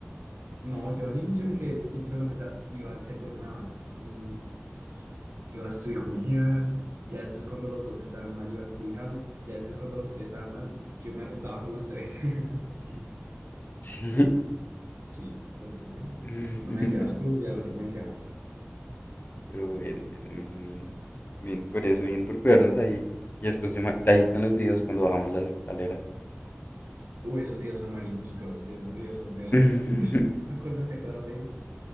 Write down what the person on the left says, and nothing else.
Sí.
<laughs>
Pero bueno, bueno, bueno, bien. Bien por eso, bien por cuidarnos ahí. Y después yo me- ahí están los videos cuando bajamos las escaleras.
<laughs>